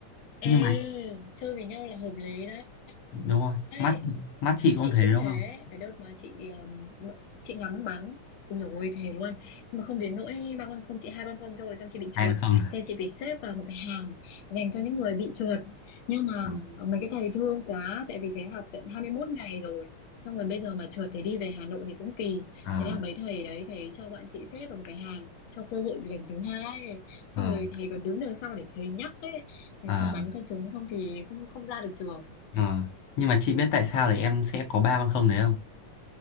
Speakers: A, on the left; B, on the left.
A: ê
B: nhưng mà
A: chơi với nhau là hợp lý đấy
B: đúng rồi
A: Đấy.
B: mắt chị- mắt chị
A: chị
B: cũng thế
A: cũng
B: đúng
A: thế
B: không
A: cái đợt mà chị ừm, bận- chị ngắm bắn ui dồi ôi thề luôn nhưng mà không đến nỗi ba con không chị hai con không thôi xong chị bị
B: ai
A: trượt
B: mà không
A: thế chị phải xếp vào một cái hàng dành cho những người bị trượt nhưng mà
B: <laughs>
A: ờ, mấy cái thầy thương quá tại vì thế học tận 21 ngày rồi xong rồi bây giờ mà trượt thì đi về Hà Nội thì cũng kỳ
B: à,
A: thế là mấy thầy đấy thầy cho bọn chị xếp vào một cái hàng cho cơ hội lần thứ hai xong
B: à,
A: rồi thầy còn đứng đằng sau để thầy nhắc đấy là
B: à,
A: cho bắn cho chúng không thì không không ra được trường
B: à. nhưng mà chị biết tại sao là em sẽ có ba con không đấy không